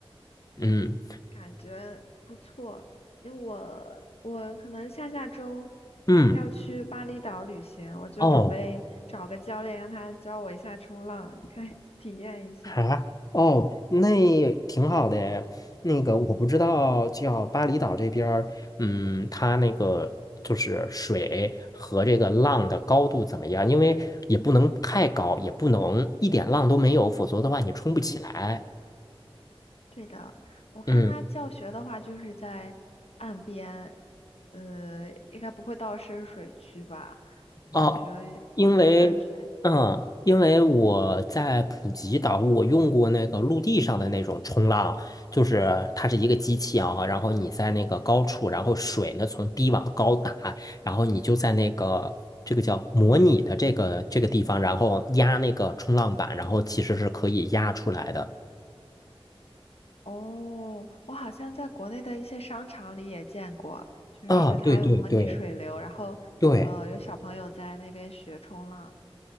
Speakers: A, on the left; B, on the left.
A: 嗯
B: 感觉不错，因为我我可能下下周
A: 嗯，
B: 要去巴厘岛旅行，我就准备找个教练让他教我一下冲浪，
A: 哦。
B: 看 <laughs> 体验一下。
A: 啊，哦，那也挺好的诶那个我不知道，叫巴厘岛这边儿，嗯，它那个就是水和这个浪的高度怎么样？因为也不能太高，也不能一点浪都没有，否则的话你冲不起来。
B: 对的，我看他教学的话，
A: 嗯。
B: 就是在岸边，呃，应该不会到深水区吧？
A: 哦，
B: 感觉会安全。
A: 因为嗯，因为我在普吉岛，我用过那个陆地上的那种冲浪，就是它是一个机器啊，然后你在那个高处，然后水呢从低往高打，然后你就在那个这个叫模拟的这个这个地方，然后压那个冲浪板，然后其实是可以压出来的。
B: 哦，我好像在国内的一些商场里也见过，就是它有模拟水流，
A: 啊，对对对
B: 然后呃，
A: 对。
B: 有小朋友在那边学冲浪。